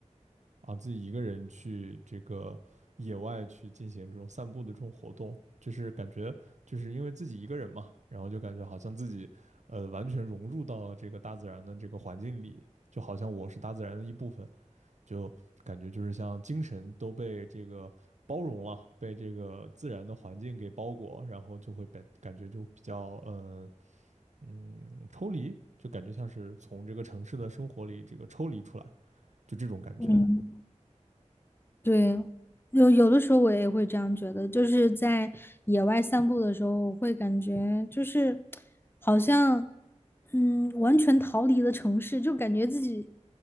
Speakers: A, on the right (about 70°); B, on the left (about 20°).
A: 啊，自己一个人去这个野外去进行这种散步的这种活动，就是感觉就是因为自己一个人嘛，然后就感觉好像自己呃完全融入到了这个大自然的这个环境里，就好像我是大自然的一部分，就感觉就是像精神都被这个包容了，被这个自然的环境给包裹，然后就会被感觉就比较呃嗯抽离，就感觉像是从这个城市的生活里这个抽离出来，就这种感觉。
B: 嗯对，有有的时候我也会这样觉得，就是在野外散步的时候，我会感觉就是好像嗯完全逃离了城市，就感觉自己